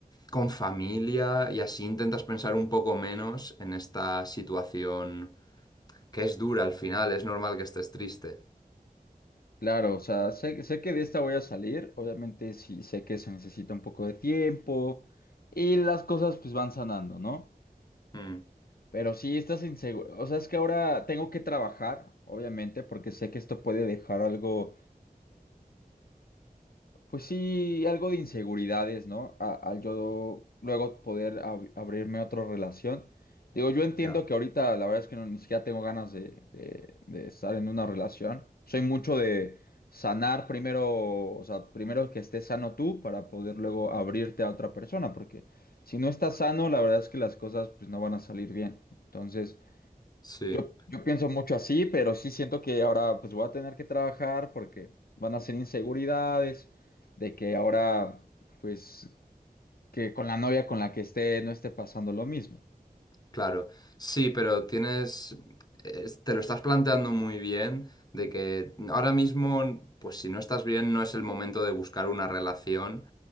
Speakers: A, on the left; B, on the left.
A: con familia y así intentas pensar un poco menos en esta situación que es dura al final, es normal que estés triste.
B: Claro, o sea, sé, sé que de esta voy a salir, obviamente sí sé que se necesita un poco de tiempo y las cosas pues van sanando, ¿no?
A: Mm,
B: Pero sí estás inseguro, o sea, es que ahora tengo que trabajar, obviamente, porque sé que esto puede dejar algo Pues sí, algo de inseguridades, ¿no? A- Al yo luego poder ab- abrirme a otra relación. Digo, yo entiendo
A: ya.
B: que ahorita la verdad es que no, ni siquiera tengo ganas de, de- de estar en una relación. Soy mucho de sanar primero, o sea, primero que estés sano tú para poder luego abrirte a otra persona, porque si no estás sano, la verdad es que las cosas pues no van a salir bien. Entonces,
A: Sí,
B: yo, yo pienso mucho así, pero sí siento que ahora pues voy a tener que trabajar porque van a ser inseguridades de que ahora pues que con la novia con la que esté no esté pasando lo mismo.
A: claro. Sí, pero tienes, es- te lo estás planteando muy bien de que ahora mismo, pues si no estás bien, no es el momento de buscar una relación